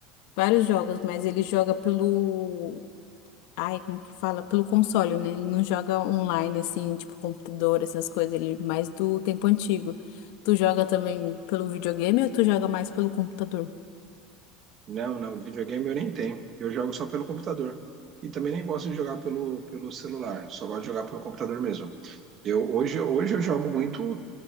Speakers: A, on the left; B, on the right.
A: vários jogos, mas ele joga pelo Ai, como que fala? Pelo console, né? Ele não joga online, assim, tipo computador, essas coisas. Ele é mais do tempo antigo. Tu joga também pelo videogame ou tu joga mais pelo computador?
B: Não, não. Videogame eu nem tenho. Eu jogo só pelo computador. E também nem gosto de jogar pelo, pelo celular. Só gosto de jogar pelo computador mesmo. Eu, hoje, hoje eu jogo muito